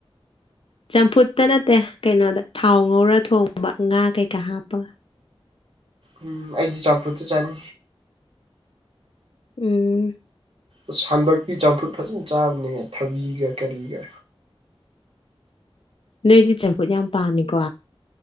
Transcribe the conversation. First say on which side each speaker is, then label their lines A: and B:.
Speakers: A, on the left (about 65°); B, on the right (about 70°).
A: ꯆꯝꯐꯨꯠꯇ ꯅꯠꯇꯦ ꯀꯩꯅꯣꯗ ꯊꯥꯎ ꯉꯧꯔ ꯊꯣꯡꯉꯕ ꯉꯥ ꯀꯩꯀꯥ ꯍꯥꯞꯄꯒ
B: ꯎꯝ ꯑꯩꯗꯤ ꯆꯝꯄꯨꯗꯤ ꯆꯅꯤ
A: ꯎꯝ
B: ꯑꯁ ꯍꯟꯗꯛꯇꯤ ꯆꯝꯐꯨꯠ ꯐꯖꯅ ꯆꯥꯕꯅꯦꯌꯦ ꯊꯕꯤꯒ ꯀꯔꯤꯒ
A: ꯅꯣꯏꯗꯤ ꯆꯝꯐꯨꯠ ꯌꯥꯝ ꯄꯥꯝꯃꯤꯀꯣ